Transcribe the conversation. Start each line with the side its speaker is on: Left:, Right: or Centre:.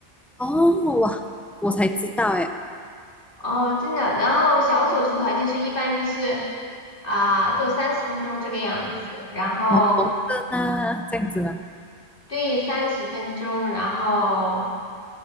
Centre: 哦，哇，我才知道哎，
Left: 哦，真的。然后小手术的话，就是一般就是啊、做三十分钟这个样子，然后
Centre: 哦，缝针啊，这样子吗？
Left: 对三十分钟，然后